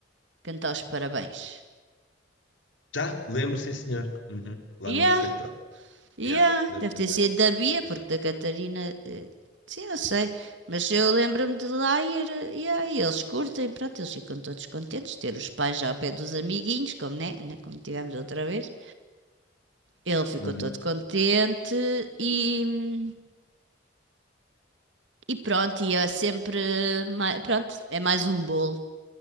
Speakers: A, on the right (about 80°); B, on the left (about 85°).
A: cantar os parabéns?
B: Já, lembro, sim, senhor. Uhum. Lá
A: Yeah,
B: no refeitório.
A: yeah.
B: Já, lembro-me
A: Deve ter
B: bem.
A: sido da Bia,
B: Lembro-me
A: porque
B: bem.
A: da Catarina, eh, sim, não sei. Mas eu lembro-me de lá ir, eh, yeah, e eles curtem, pronto, eles ficam todos contentes, ter os pais já ao pé dos amiguinhos, como, né? né, Como tivemos outra vez. Ele ficou
B: Uhum.
A: todo contente e, e pronto, e é sempre, ma- pronto, é mais um bolo.